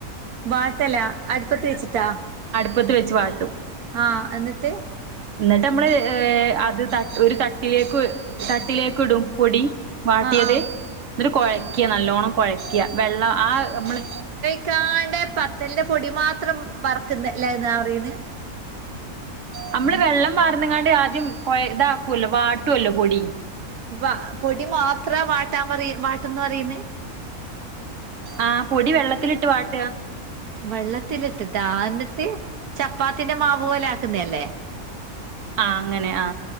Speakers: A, on the right; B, on the right.
A: വാട്ടലാ അട്പ്പത്ത് ച്ച്ട്ടാ
B: പ്പത്ത് വെച്ച് വാട്ടും
A: ആ എന്ന്ട്ട്
B: ന്ന്ട്ട് മ്മള് ഏ അത് ത ഒരു തട്ട്ലേക്ക് തട്ട്ലേക്ക്ടും പൊടി വാട്ട്യേത്
A: ആഹ് ആഹ്
B: ന്ന്ട്ട് കൊഴക്ക്യ നല്ലോണ്ണം കൊഴക്ക്യ വെള്ളം ആ നമ്മള്
A: ക്കാണ്ടെ പത്തൽന്റെ പൊടി മാത്രം വർക്ക്ന്നത് ല്ലേ ന്നാ പറയ്ന്നെ
B: നമ്മള് വെള്ളം പാർന്ന്ങ്ങാണ്ട് ആദ്യം കൊ താക്കൊല്ലോ വാട്ടൊല്ലോ പൊടി
A: വ പൊടി മാത്ര വാട്ടാൻ പറയ് വാട്ടും ന്ന് പറയുന്ന്
B: ആ പൊടി വെള്ളത്തിലിട്ട് വാട്ട
A: വെള്ളത്തിലിട്ടിട്ടാ ന്ന്ട്ട് ചപ്പാത്തിന്റെ മാവ് പോലെ ആക്കുന്നല്ലേ
B: ആ അങ്ങനെ ആ